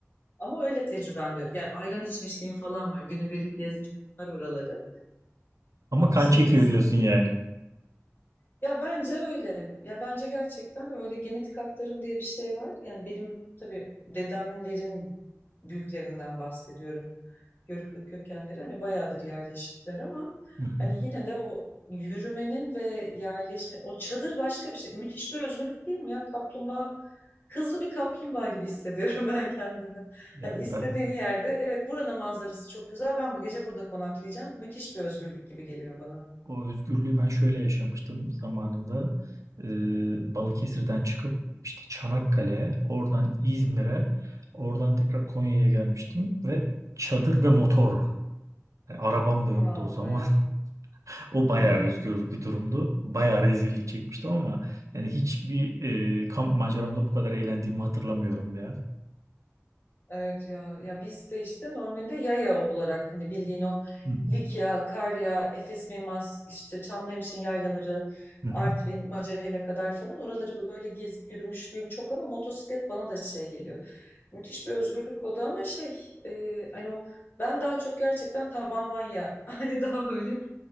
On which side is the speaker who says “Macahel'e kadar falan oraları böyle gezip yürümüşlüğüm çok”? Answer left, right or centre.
Left